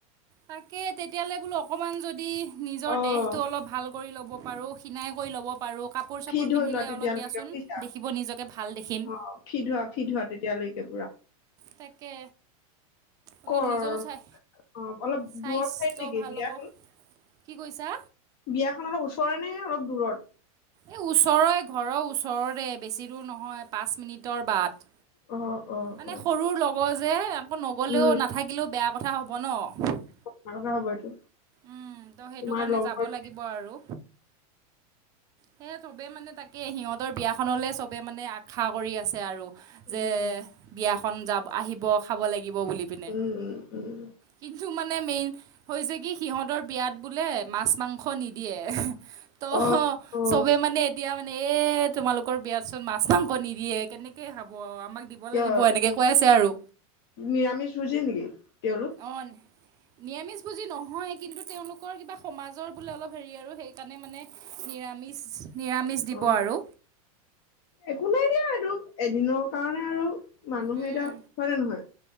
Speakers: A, on the right (about 20°); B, on the left (about 40°).
A: তাকে তেতিয়ালে বোলো অকমান যদি নিজৰ
B: অ'।
A: দেহটো অলপ ভাল কৰি ল'ব পাৰোঁ খিনাই কৰি ল'ব পাৰোঁ কাপোৰ চাপোৰ
B: ফিট ধৰি
A: পিন্ধিলে
B: লোৱা তেতিয়ালৈকে
A: অলপ দিয়াচোন
B: বুজিছা
A: দেখিব
B: অ
A: নিজকে ভাল দেখিম
B: ফিট হোৱা ফিট হোৱা তেতিয়ালৈকে কৰা
A: তাকে অলপ
B: কৰ
A: নিজেও চাই
B: অ অলপ
A: স্বাস্থ্য
B: দূৰ ঠাইত নেকি
A: ভাল
B: বিয়াখন
A: হ'ব কি কৈছা
B: বিয়াখন অলপ ওচৰে নে অলপ দূৰত
A: এ ওচৰৰে ঘৰৰ ওচৰৰে বেছি দূৰ নহয় পাঁচ মিনিটৰ বাট
B: অ অ
A: মানে
B: অ
A: সৰুৰ লগৰ যে আকৌ নগলেও
B: উম
A: নাথাকিলেও বেয়া কথা হ'ব ন
B: অ বেয়া কথা হব এইটো
A: উম ত' সেইটো
B: তোমাৰ
A: কাৰণে
B: লগৰ
A: যাব লাগিব আৰু সেয়ে চবে মানে তাকে সিহঁতৰ বিয়াখনলে চবে মানে আশা কৰি আছে আৰু যে
B: উম
A: বিয়াখন যাব আহিব খাব লাগিব লাগিব বুলি পিনে
B: উম উম উম
A: কিন্তু মানে মেইন হৈছে কি সিহঁতৰ বিয়াত বোলে মাছ মাংস নিদিয়ে ত
B: অ অ
A: চবে মানে এতিয়া মানে এ তোমালোকৰ বিয়াত চোন মাছ মাংস নিদিয়ে কেনেকে খাব আৰু আমাক দিব
B: কিয়
A: লাগিব এনেকে কৈ আছে আৰু
B: নিৰামিষ ভোজি নেকি তেওঁলোক
A: অ নিৰামিষ ভূজি নহয় কিন্তু তেওঁলোকৰ কিবা সমাজৰ বোলে অলপ হেৰি আৰু সেইকাৰণে মানে নিৰামিষ নিৰামিষ দিব
B: অ
A: আৰু
B: একো নাই দিয়া এইটো এদিনৰ কাৰণে আৰু মানুহে
A: উম,
B: এতিয়া হয় নে নহয়